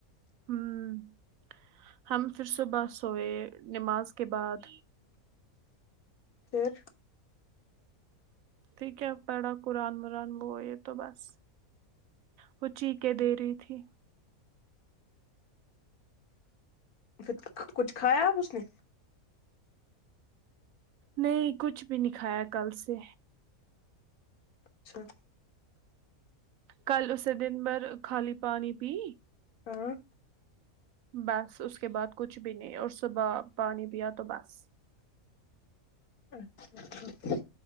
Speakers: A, on the right; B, on the left.
A: ہمم ہم پھر صبح سوئے نماز کے بعد
B: پھر
A: پھر کیا پڑا قرآن وران وہ یہ تو بس وہ چیقے دے رہی تھی
B: پھر کچھ کھایا اب اس نے
A: نہیں کچھ بھی نہیں کھایا کل سے
B: اچھا
A: کل اس نے دن بھر خالی پانی پی
B: ہاں
A: بس اس کے بعد کچھ بھی نہیں اور صبح پانی پیا تو بس
B: اچھا اچھا